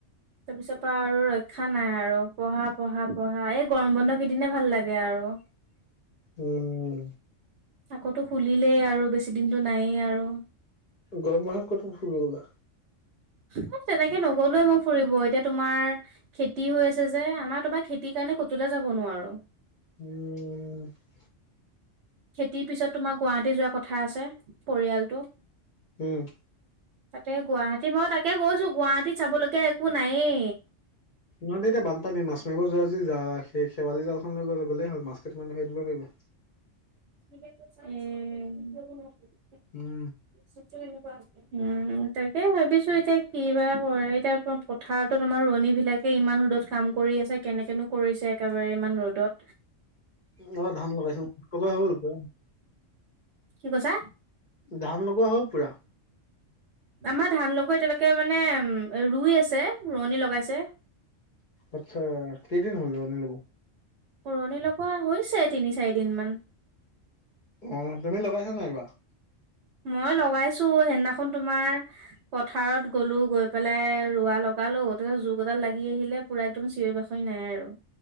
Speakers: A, on the right (about 65°); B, on the left (about 50°).
A: তাৰপিছৰ পৰা আৰু ৰক্ষা নাই আৰু, পঢ়া পঢ়া পঢ়া। এই গৰম বন্ধ কেইদিনে ভাল লাগে আৰু। <unintelligible>
B: উম।
A: আকৌটো খুলিলেই আৰু বেছি দিনটো নাইেই আৰু।
B: গৰমাহত কত কত ফুৰিব গলা?
A: মই তেনেকে নগলোয়ে মই ফুৰিব এতিয়া তোমাৰ খেতিও আছে যে, আমাৰতোবা খেতিৰ কাৰণে ক'তোয়ে যাব নোৱাৰোঁ।
B: উম। উম।
A: খেতিৰ পিছত তোমাৰ গুৱাহাটী যোৱা কথা আছে পৰিয়ালটো।
B: উম।
A: তাতে গুৱাহাটী মই তাকে গৈছো গুৱাহাটীত চাবলগীয়া একো নাইয়ে।
B: ইমান দিনে বানপান মাছ মাৰিব যোৱা যদি যোৱা সেই শেৱালি জালখন লৈ গল গ'লেই হল মাছ কেইটামান ধৰি আনিব পাৰিব।
A: উম।
B: উম।
A: চিতে নোপোৱা হ'ল। উম তাকে ভাবিছো এতিয়া কি বা কৰে এতিয়া তোমাৰ পথাৰত তোমাৰ ৰোৱনী বিলাক সি ইমান ৰ'দত কাম কৰি আছে, কেনেকেনো কৰিছে একেবাৰে ইমান ৰ'দত।
B: <inaudible>
A: কি কৈছা?
B: ধান লগোৱা হ'ল পুৰা?
A: আমাৰ ধান লগৰ এতিয়ালকে মানে ৰুই আছে, ৰোৱনী লগাইছে।
B: আচ্ছা কেইদিন হল ৰোৱনী লগোৱা?
A: ৰুৱণি লগোৱা হৈছে তিনি চাৰি দিন মান।
B: অঁ তুমি লগাইছা নাই এইবাৰ?
A: মই লগাইছো সেইদিনাখন তোমাৰ পথাৰত গ'লো গৈ পেলাই ৰোৱা লগালো ত জুক এডাল লাগি আহিলে। পুৰা একদম চিঞৰি-বাখৰি নাই আৰু